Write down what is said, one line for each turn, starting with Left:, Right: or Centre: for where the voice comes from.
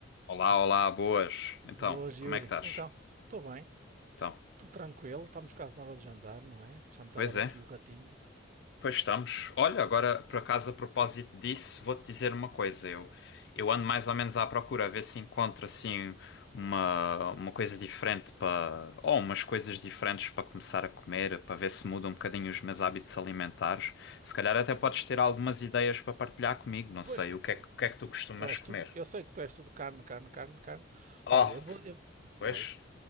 Left: Olá, olá, boas. Então,
Right: Boas,
Left: como
Right: Yuri.
Left: é que estás?
Right: Então, estou bem,
Left: Então,
Right: estou tranquilo, estamos quase na hora de jantar, não é? Já me está
Left: pois
Right: a dar aqui
Left: é,
Right: o ratinho.
Left: pois estamos. Olha, agora, por acaso, a propósito disso, vou-te dizer uma coisa. Eu, eu ando mais ou menos à procura, a ver se encontro, assim, uma, uma coisa diferente para... Ou umas coisas diferentes para começar a comer, para ver se muda um bocadinho os meus hábitos alimentares. Se calhar até podes ter algumas ideias para partilhar comigo, não
Right: Pois
Left: sei.
Right: que
Left: O
Right: estou.
Left: que é, que- o que é que tu costumas
Right: Tu és
Left: comer?
Right: tudo, eu sei que tu és tudo carne, carne, carne, carne.
Left: Oh,
Right: Olha, eu vou, eu-
Left: pois.
Right: pois.